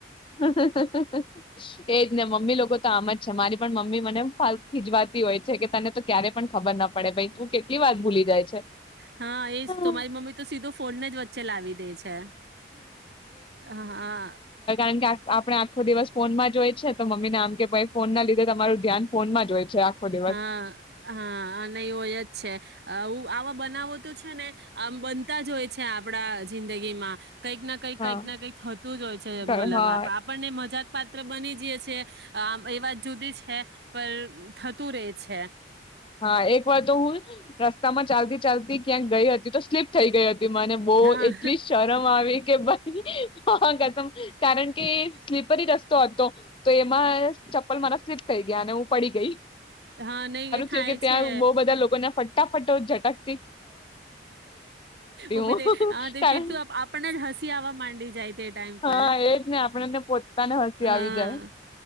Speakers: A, on the left; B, on the right.
A: <unintelligible> એજ ને મમ્મી લોકો તો આમ જ છે મારી પણ મમ્મી મને <unintelligible> ખીજવાતી હોય છે કે તને તો ક્યારેય પણ ખબર ના પડે ભાઈ તું વાર ભૂલી જાય
B: હા
A: છે
B: એજ તો મારી મમ્મી તો સીધો ફોનને જ વચ્ચે લાવી દે છે હા
A: કેમકે આપણે આખો દિવસ ફોન માં જોય છે તો મમ્મીને આમ કે ભાઈ ફોનના લીધે તમારું ધ્યાન ફોનમાં જ હોય છે. દિવસ
B: હા હા અને હોય જ આવા બનાવો તો છે ને આમ બનતા જ હોય છે. આપડા જિંદગીમાં કંઈક ના કંઈક કંઈક
A: હા
B: ના કંઈક થતું જ હોય છે
A: હા
B: મલબ આપણને મજા પાત્ર બની જયે છે. એ વાત જુદી છે. <unintelligible> પર થત તુ રે છે.
A: હા એક વાર તો હું રસ્તામાં ચાલતી ચાલતી ક્યાંક ગઈ હતી તો સ્લીપ થઈ ગઈ હતી. મને બો
B: હા
A: એટલી શરમ આવી કેમ ભય માં કસમ કારણ કે સ્લીપરી રસ્તો હતો તો એમાં ચપ્પલ મારા સ્લીપ થઈ ગયા અને હું પડી ગઈ.
B: હા નહી એ થાય
A: જો કે ત્યાં
B: છે
A: બહુ બધા લોકોને ફટ ફટાફટો ઝટકતી
B: ઉબી
A: હું
B: થઈ હા તે
A: કારણ
B: કેટલું આપણ નેજ હસી આવવા માંડી જાય તે ટાઈમ
A: હા
B: પર.
A: એજ ને આપણને પોતાને હસી આવી
B: હા,
A: જાય